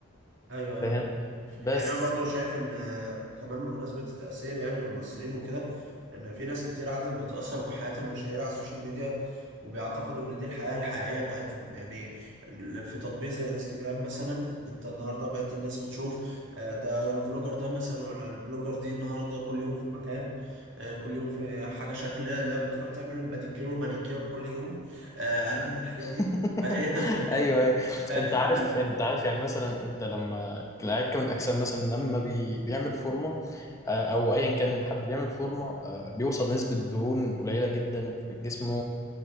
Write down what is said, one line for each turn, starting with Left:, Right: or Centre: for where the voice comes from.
Right: ايوه ايوه
Left: فاهم بس
Right: يعني انا برضو شايف ان آه، كمان بمناسبة التأثير يعني والمؤثرين وكده ان في ناس كتير عادت بتأثر بحياة المشاهير على السوشيال ميديا وبيعتقدوا ان دي الحياة الحقيقية بتاعتهم يعني ال- في تطبيق زي انستجرام مثلا انت النهاردة بقيت الناس بتشوف آه، ده الفلوجر ده مثلا ولا البلوجر دي النهاردة كل يوم في مكان آه، كل يوم في حاجة شكل لا بتروح تعمل الباديكير والمانيكير كل يوم آه، عارف انت الحاجات
Left: <laughs>
Right: دي فهي
Left: ايوه أيوة.
Right: <laughs>
Left: انت عارف
Right: فال-
Left: انت عارف يعني مثلا انت لما لعيب كمال الاجسام مثلا لما بي... بيعمل فورمه آه، او ايا كان حد بيعمل فورمه آه، بيوصل نسبه دهون قليله جدا في جسمه